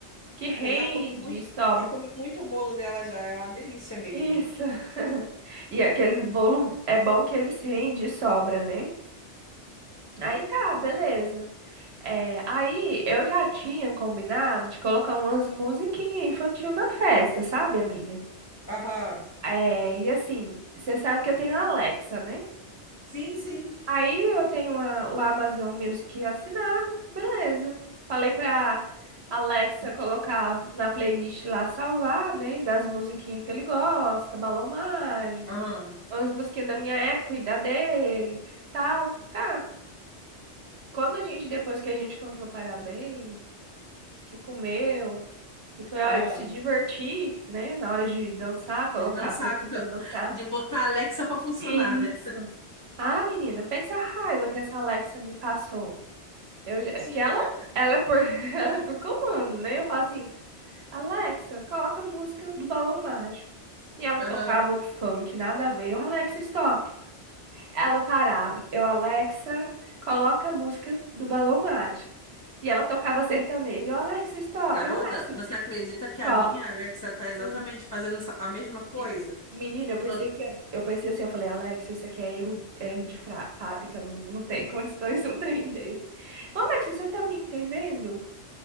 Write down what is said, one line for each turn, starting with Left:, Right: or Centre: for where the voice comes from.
Right: Que rende
Left: Eu já comi muito,
Right: e sobra.
Left: já comi muito bolo dela já, é uma delícia mesmo.
Right: Isso. <laughs> E aqueles bolo é bom que eles rendem e sobra, né? Aí tá, beleza. É, aí eu já tinha combinado de colocar umas musiquinhas infantil na festa, sabe, amiga?
Left: Aham.
Right: É, e assim, você sabe que eu tenho a Alexa, né?
Left: Sim, sim.
Right: Aí eu tenho a- o Amazon Music assinado, beleza. Falei pra Alexa colocar na playlist lá salvar, né? Das musiquinhas que ele gosta, Balão Mágico,
Left: Aham.
Right: umas musiquinhas da minha época e da dele, tal. Tá. Quando a gente, depois que a gente cantou parabéns, que comeu, e foi a
Left: Aham.
Right: hora de se divertir, né? Na hora de dançar, colocar
Left: De dançar,
Right: a música
Left: tô-
Right: pra dançar.
Left: de botar a Alexa pra funcionar,
Right: Isso.
Left: né?
Right: Ah, menina, pensa a raiva que essa Alexa me passou. Eu,
Left: Mentira.
Right: já- que ela, ela é por, <laughs> ela é por comando, né? Eu falo assim, Alexa, coloca a música do Balão Mágico. E ela
Left: Aham.
Right: tocava um funk, nada a ver. Eu, Alexa, stop. Ela parava. Eu, Alexa, coloca a música do Balão Mágico. E ela tocava sertanejo. Eu, Alexa, stop.
Left: Garota,
Right: Eu, Alexa,
Left: você acredita que
Right: qual?
Left: a minha Alexa tá exatamente
Right: Hum,
Left: fazendo essa- a mesma coisa?
Right: me- Menina, eu pensei
Left: Todo-
Right: que é- eu pensei assim, eu falei, Alexa, isso aqui é erro, erro de fra- fábrica, não, não tem <laughs> condições de um trem desse. Ô, Alexa, você tá me entendendo?